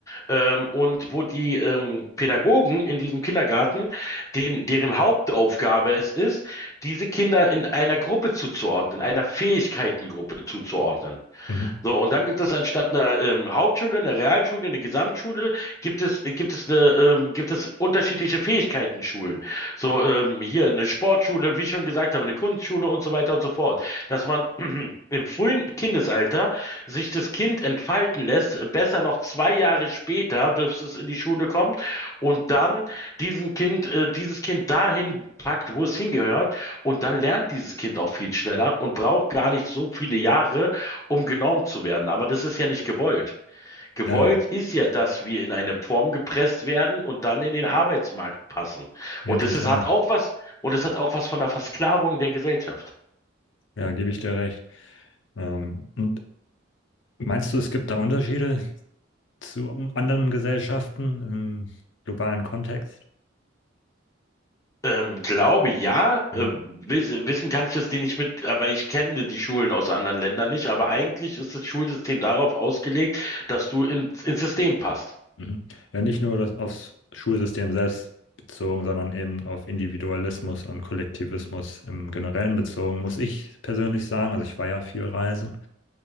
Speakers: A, on the left; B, on the left.
A: ähm, und wo die ähm, Pädagogen in diesem Kindergarten, den, deren Hauptaufgabe es ist, diese Kinder in einer Gruppe zuzuordnen, einer Fähigkeitengruppe zuzuordnen.
B: Mhm.
A: So, und dann gibt es anstatt einer ähm, Hauptschule, einer Realschule, eine Gesamtschule, gibt es, äh, gibt es eine, ähm, gibt es unterschiedliche Fähigkeitenschulen. So, ähm, hier eine Sportschule, wie ich schon gesagt habe, eine Kunstschule und so weiter und so fort. Dass man <clears throat> im frühen Kindesalter sich das Kind entfalten lässt, besser noch zwei Jahre später, bis es in die Schule kommt, und dann diesen Kind, äh, dieses Kind dahin packt, wo es hingehört, und dann lernt dieses Kind auch viel schneller und braucht gar nicht so viele Jahre, um genormt zu werden. Aber das ist ja nicht gewollt. Gewollt
B: Ja, ja,
A: ist ja, dass wir in eine Form gepresst werden und dann in den Arbeitsmarkt passen.
B: ja,
A: Und
B: total.
A: das ist, hat auch was, und es hat auch was von der Versklavung der Gesellschaft.
B: Ja, gebe ich dir recht. Ähm, und Meinst du, es gibt da Unterschiede zu anderen Gesellschaften im globalen Kontext?
A: Ähm, glaube ja, äh,
B: Mhm.
A: wiss, wissen kann ich das dir nicht mit, aber ich kenne die Schulen aus anderen Ländern nicht, aber eigentlich ist das Schulsystem darauf ausgelegt, dass du ins, ins System passt.
B: Mhm. Ja, nicht nur das aufs Schulsystem selbst bezogen, sondern eben auf Individualismus und Kollektivismus im Generellen bezogen, muss ich persönlich sagen, also ich war ja viel reisen,